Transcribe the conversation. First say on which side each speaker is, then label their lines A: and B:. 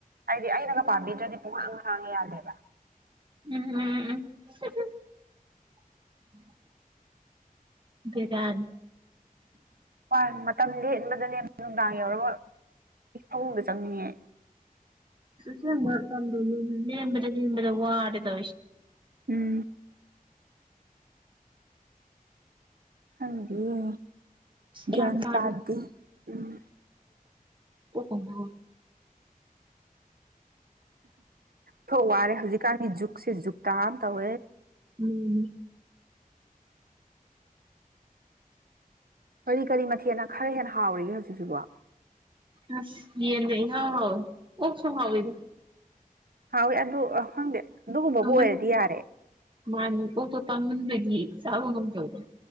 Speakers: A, on the right; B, on the right.
A: ꯍꯥꯏꯗꯤ ꯑꯩꯅꯒ ꯄꯥꯝꯕꯤꯗ꯭ꯔꯗꯤ ꯄꯨꯡꯍꯥꯡ ꯍꯥꯡꯉꯦ ꯌꯥꯗꯦꯕ
B: ꯎꯝ ꯎꯝ ꯎꯝ <unintelligible>
A: ꯍꯣꯏ ꯃꯇꯝ ꯂꯦꯟꯕꯗꯅꯦ ꯅꯨꯡꯗꯥꯡ ꯌꯧꯔꯒ ꯐꯪꯕ ꯆꯪꯅꯤꯡꯉꯦ
B: ꯁꯦꯝꯔ ꯂꯔ ꯂꯔ ꯋꯥꯔꯦꯗ
A: ꯎꯝ ꯈꯪꯗꯤꯌꯦ ꯒ꯭ꯌꯥꯟ
B: ꯌꯥꯝ ꯇꯔ
A: ꯇꯥꯗꯦ ꯎꯝ
B: <unintelligible>
A: ꯊꯣꯛ ꯋꯥꯔꯦ ꯍꯧꯖꯤꯛꯀꯥꯟꯗꯤ ꯖꯨꯛꯁꯦ ꯖꯨꯛꯇꯥꯥ ꯑꯃ ꯇꯧꯋꯦ
B: ꯎꯝ
A: ꯀꯔꯤ ꯀꯔꯤ ꯃꯊꯦꯅ ꯈꯔ ꯍꯦꯟꯅ ꯍꯥꯎꯔꯤꯒꯦ ꯍꯧꯖꯤꯛꯁꯤꯕꯣ
B: ꯑꯁ ꯌꯦꯟ ꯅ ꯏꯍꯥꯎ ꯍꯥꯎ ꯑꯣꯛꯁꯨ ꯍꯥꯎꯗ
A: ꯍꯥꯎꯋꯦ ꯑꯗꯨ ꯈꯪꯗꯦ ꯑꯗꯨꯒꯨꯝꯕꯕꯨ
B: ꯑꯣ
A: ꯑꯣꯏꯔꯗꯤ ꯌꯥꯔꯦ
B: ꯃꯥꯅꯤ ꯑꯣ ꯄꯣꯄ ꯃꯟꯕꯒꯤ ꯆꯥꯕ ꯉꯨꯝ ꯇꯧꯔ